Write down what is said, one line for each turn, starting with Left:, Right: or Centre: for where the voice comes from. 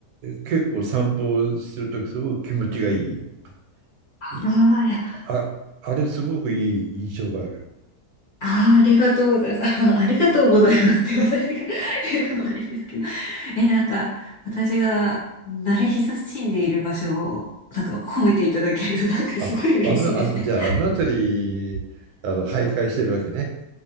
Right: 結構散歩するとすごく気持ちがいい。いい
Left: ああ、いや、
Right: あ、あれすごくいい印象がある。
Left: あー、ありがとうございます。<laughs> あーありがとうございますって私が <laughs> 言うのもあれですけど。<laughs> え、なんか、私が慣れ親しんでいる場所を、なんか褒めていただけると、なんかすごい嬉しいですね。
Right: あ、あの、あの、じゃああの辺り、あの、徘徊してるわけね。